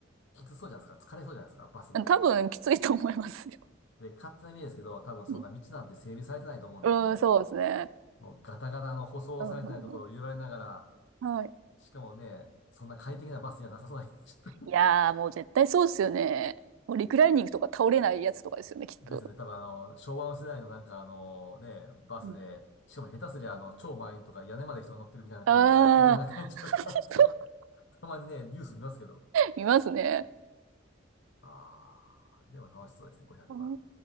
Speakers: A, on the left (about 65°); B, on the right (about 80°).
A: きつそうじゃないですか。疲れそうじゃないですか、バスで。
B: 多分きついと思いますよ。
A: で、勝手な意味ですけど、多分そんな道なんて整備されてないと思うんですね。
B: うん、うんそうですね。
A: もうガタガタの舗装されてないところを揺られながら、
B: うん、うんうんはい。
A: しかもね、そんな快適なバスじゃなさそうな <laughs>
B: いやー、もう絶対そうですよね。もうリクライニングとか倒れないやつとかですよね、きっと。
A: ですね。<laughs> 多分あの、昭和の世代のなんかあの、ね、バスで、
B: うん
A: しかも下手すりゃあの、超満員とか屋根まで人が乗ってるみたいな感じから行かなあかんちゃうかなって
B: ああ、<laughs>
A: <laughs> たまにね、ニュース見ますけど。
B: 見ますね。
A: あー、でも楽しそうですね、500万。
B: うん